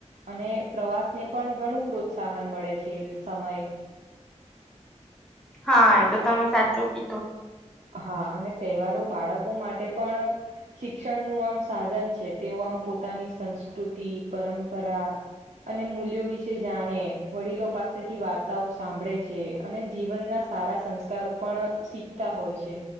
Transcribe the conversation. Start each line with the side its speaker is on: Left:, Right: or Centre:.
Right: અને પ્રવાસ ને પણ ઘણું પ્રોત્સાહન મળે છે સમય
Centre: હા એ તો તમે સાચું કીધું
Right: હા અને તહેવારો બાળકો માટે પણ શિક્ષણનુંું આમ સાધન છે તેઓ આમ પોતાની સંસ્કૃતિ પરંપરા અને મૂલ્યો વિશે જાણે વડીલો પાસેથી વાર્તાઓ સાંભળે છે અને જીવનના સારા સંસ્કારો પણ શીખતા હોય છે